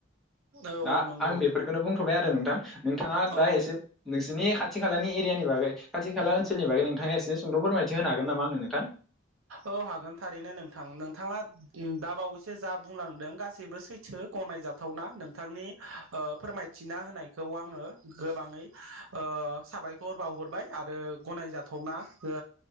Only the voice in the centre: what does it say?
दा
आं बेफोरखौनो बुं थ'बाय आरो नोंथां नोंथाङा
दा एसे नोंसिनि खा थि खालानि एरियानि बागै खाथि खाला ओनसोलनि बागै नोंथाङा एसे सुंद' फोरमायथि होनो हागोन नामा आंनो नोंथां?